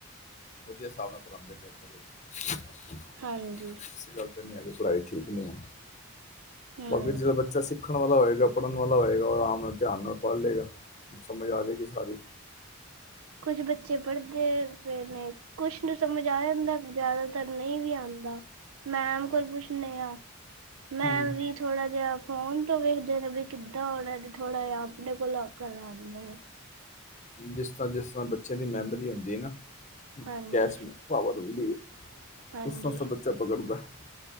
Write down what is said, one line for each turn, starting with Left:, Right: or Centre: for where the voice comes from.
Left: ਵਧੀਆ ਹਿਸਾਬ ਨਾਲ ਕਰਾਉਂਦੇ ਨੇ ਆਪਣੇ ਕੋਲ
Right: ਹਾਂਜੀ
Left: ਐਸੀ ਗੱਲ ਤੇ ਨਹੀਂ ਹੈਗੀ ਪੜ੍ਹਾਈ ਚ ਠੀਕ ਨਹੀਂ?
Right: ਹਮ
Left: ਬਾਕੀ ਜਦੋਂ ਬੱਚਾ ਸਿੱਖ ਖਣ ਵਾਲਾ ਹੋਏਗਾ, ਪੜ੍ਹਨ ਵਾਲਾ ਹੋਏਗਾ, ਉਹ ਆਰਾਮ ਨਾਲ ਧਿਆਨ ਨਾਲ ਪੜ੍ਹ ਲਏਗਾ। ਸਮਝ ਆ ਜੇਗੀ ਸਾਰੀ
Right: ਕੁਛ ਬੱਚੇ ਪੜ੍ਹਦੇ ਪਏ ਨੇ ਕੁਛ ਨੂੰ ਸਮਝ ਆ ਜਾਂਦਾ ਜਿਆਦਾਤਰ ਨਹੀਂ ਵੀ ਆਉਂਦਾ ਮੈਮ ਕੋਲ ਪੁੱਛਨ ਆ। ਮੈ
Left: ਹੂੰ
Right: ਵੀ ਥੋੜਾ ਜਿਹਾ ਕੋਣ <unintelligible>
Left: ਜਿਸ ਤਰ੍ਹਾਂ, ਜਿਸ ਤਰ੍ਹਾਂ ਬੱਚ ਬੱਚੇ ਦੀ ਮੈਮਰੀ ਹੁੰਦੀ ਨਾ।
Right: ਹਾਂਜੀ
Left: ਗੈਸ ਮੈਂ ਪਾਵਰ ਵੀ ਦੇਈਏ। <unintelligible>
Right: ਹਾਂਜੀ